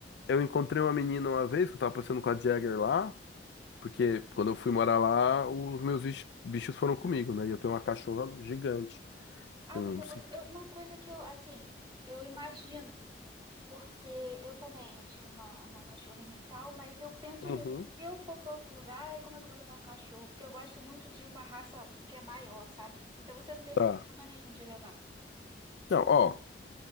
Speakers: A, on the left; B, on the right.
A: eu encontrei uma menina uma vez que eu tava passando com a Jagger lá, porque quando eu fui morar lá, os meus bichos bichos foram comigo, né? E eu tenho uma cachorra gigante
B: Ah,
A: com
B: você conseguiu. Uma coisa que eu, assim, eu imagino. Porque eu também, eu tinha uma, uma cachorrinha e tal, mas eu penso
A: Uhum.
B: nisso. Se eu for para outro lugar, aí como é que eu vou levar o cachorro? Porque eu gosto muito de uma raça que é maior, sabe? Então você não teve
A: Tá.
B: problema nenhum de levar.
A: Não, ó,